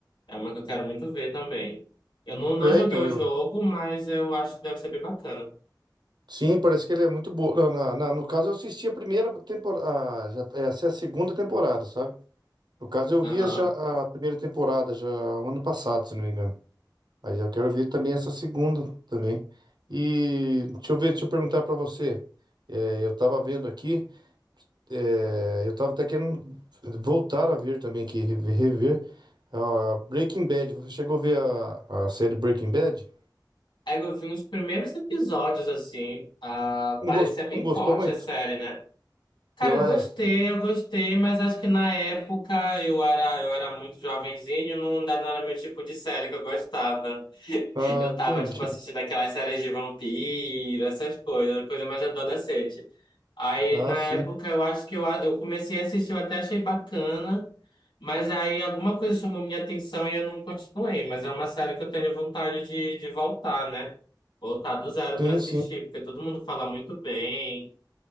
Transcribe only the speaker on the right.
é,
então,
eu.
Sim, parece que ele é muito boa. Na, na- na- no caso, eu assisti a primeira temporada. Já, essa é a segunda temporada, sabe? No caso, eu
vi já a primeira temporada já o ano passado, se não me engano. Mas eu quero ver também essa segunda também. E deixa eu ver, deixa eu perguntar pra você. É, eu tava vendo aqui. É, eu tava até querendo voltar a ver também, que rever, rever, ah, Breaking Bad. Você chegou a ver a, a série Breaking Bad?
Não
gostou,
não gostou
muito?
Ela
é.
Ah,
entendi.
Ah,
sim,
sim,
sim,